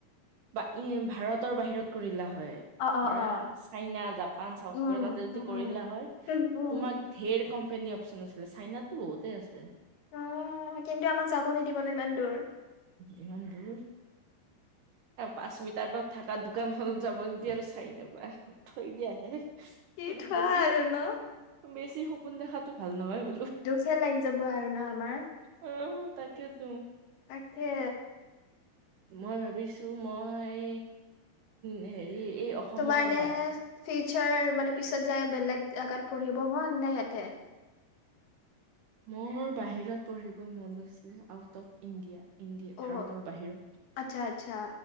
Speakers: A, on the right; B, on the left.
A: বা ভাৰতৰ বাহিৰত কৰিলা হয়
B: অ', অ',
A: ধৰা
B: অ',
A: চাইনা জাপান চাউথ
B: উম,
A: কোৰিয়াতে যদি
B: উম,
A: কৰিলো
B: উম।
A: হয়
B: উম, উম,
A: তোমাক ঢেৰ কোম্পেনী অপচন আছিলে চাইনাতো বহুতেই আছে
B: অ', কিন্তু আমাক যাব নিদিব ন ইমান দূৰ
A: ইমান দূৰ পাঁচ মিটাৰ তত থকা দোকানখনত যাব নকি আৰু চাইনবা থৈ দিয়াহে
B: কি থোৱা
A: বেছি
B: আৰু
A: হ
B: ন
A: বেছি সপোন দেখাতো ভাল নহয় ব
B: দুখে লাগি যাব আৰু ন আমাৰ
A: অ তাকে ত
B: তাকে
A: মই ভাবিছো মই হেৰি এই অসমৰ
B: তোমাৰ নে
A: বাহিৰত
B: ফিউচাৰ মানে পিছত যায় বেলেগ জেগাত পঢ়িব মন নে ইয়াতে
A: মোৰ বাহিৰত পঢ়িব মন আছে আউট অফ ইণ্ডিয়া ইণ্ডিয়া
B: অ',
A: ভাৰতৰ বাহিৰত
B: আচ্ছা আচ্ছা